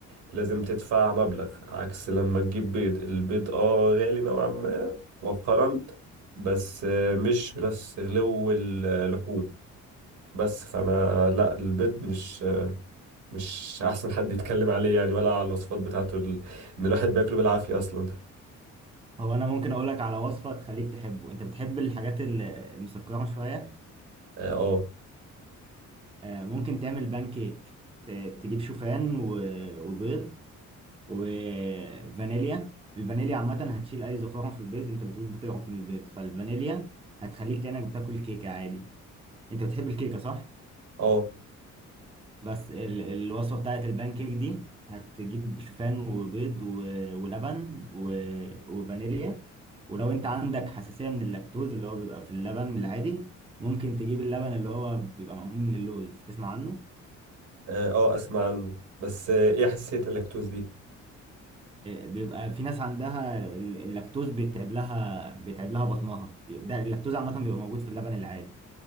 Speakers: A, on the right (about 80°); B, on the right (about 20°).
A: لازم تدفع مبلغ عكس لما تجيب بيض البيض اه غالي نوعا ما مؤخرا بس آه، مش بنفس غلو اللحوم بس فانا لا البيض مش مش احسن حد يتكلم عليه يعني ولا على الوصفات بتاعته ال... ان الواحد بياكله بالعافية اصلا
B: هو أنا ممكن أقول لك على وصفة تخليك تحبه أنت بتحب الحاجات ال- المسكرة شوية
A: اه اه
B: آه ممكن تعمل بان كيك ت- تجيب شوفان و- وبيض وفانيليا الفانيليا عامة هتشيل أي زفارة في البيض أنت بتقول بتقرف من البيض فالفانيليا هتخليك كأنك بتاكل كيكة عادي أنت بتحب الكيكة صح؟
A: اه
B: بس ال الوصفة بتاعت البان كيك دي هتجيب شوفان وبيض و ولبن و وفانيليا ولو أنت عندك حساسية من اللاكتوز اللي هو بيبقى في اللبن العادي ممكن تجيب اللبن اللي هو بيبقى معمول من اللوز تسمع عنه؟
A: اه آه، اسمع عنه بس آه، ايه حساسية اللاكتوز دي
B: بيبقى في ناس عندها ال- اللاكتوز بيتعب لها بيتعب لها بطنها ده اللاكتوز عامة بيبقى موجود في اللبن العادي